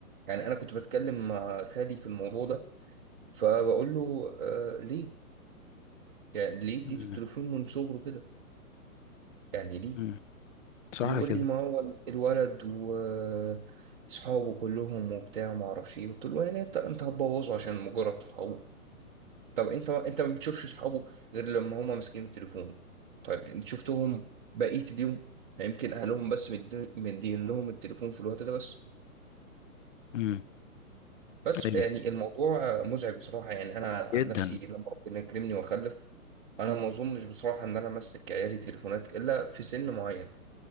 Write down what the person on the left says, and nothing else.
مم.
مم. صح
كده
مم.
ايوه
جدا